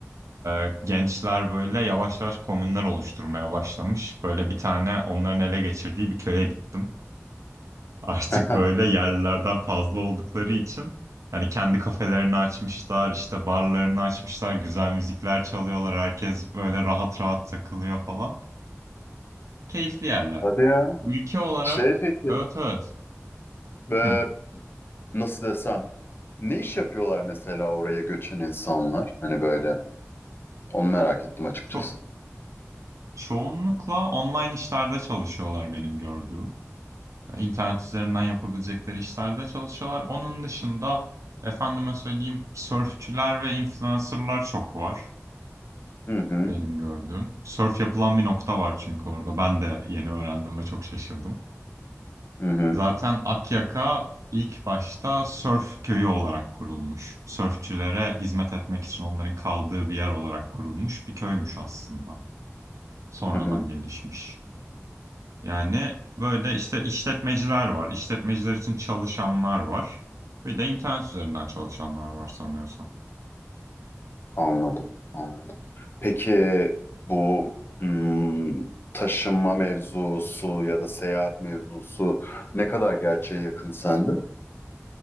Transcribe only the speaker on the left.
<laughs>
Hadi ya.
Şey peki,
e,
nasıl desem, ne iş yapıyorlar mesela oraya göçen insanlar? Hani böyle, onu merak ettim açıkçası.
Hı hı,
hı hı,
hı hı.
Anladım, anladım. Peki bu hmm, taşınma mevzusu ya da seyahat mevzusu ne kadar gerçeğe yakın sende?